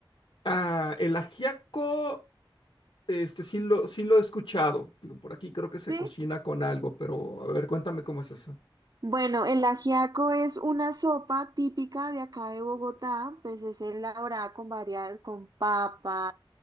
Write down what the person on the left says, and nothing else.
Ah, el ajiaco. Este sí lo, sí lo he escuchado. Digo, por aquí creo que se
cocina con algo, pero a ver, cuéntame cómo es eso.